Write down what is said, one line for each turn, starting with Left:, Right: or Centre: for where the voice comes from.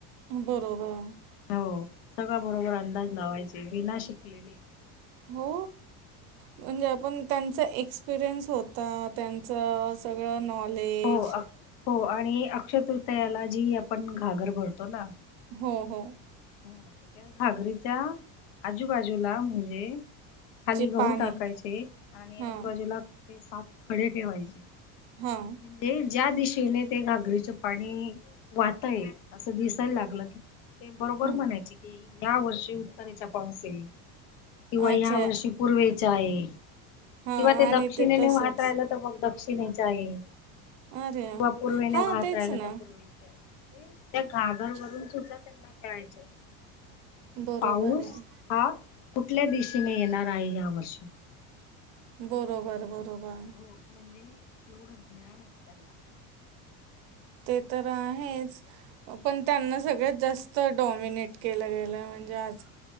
Right: बरोबर
Left: हो सगळ बरोबर अंदाज लावायचे वििना शिकलेले
Right: हो म्हणजे आपण त्यांचा एक्सपिरियन्स होता त्यांचा सगळं नॉलेज
Left: हो अ हो आणि अक्ष तृतीयाला जी आपण घागर भरतो ना
Right: हो हो
Left: ह त्या घगरीच्या आजूबाजूला म्हणजे खाली
Right: जे
Left: गहू
Right: पाणी
Left: टाकायचे आणि
Right: हां
Left: आजूबाजूला ते सात खडे ठेवायचे
Right: हा
Left: म्हणजे ज्या दिशेने ते घागरीच पाणी वाातय असं दिसायला लागलं की ते बरोबर
Right: हां
Left: म्हणायची की या वर्षी उत्तरेच्या पावसे किंवा या
Right: अच्छा
Left: वर्षी पूर्वेचा आहे
Right: हां
Left: किंवा ते
Right: आणि
Left: दक्षिणेने
Right: तसंच
Left: वाहत राहिलं तर मग दक्षिणेच आहे
Right: अरे
Left: किंवा पूर्वेने
Right: हां
Left: वाहत
Right: तेच
Left: राहिला
Right: ना
Left: तर पूर्वेण त्या घाघर वरून सुद्धा त्यांना करायच
Right: बरोबर
Left: पाऊस
Right: आहे
Left: हा कुठल्या दिशेने येणार आहे या वर्षी
Right: बरोबर बरोबर
Left: हो म्हणजे एवढं ज्ञान होताना
Right: ते तर आहेच पण त्यांना सगळ्यात जास्त डॉमिनेट केलं गेलं म्हणजे आज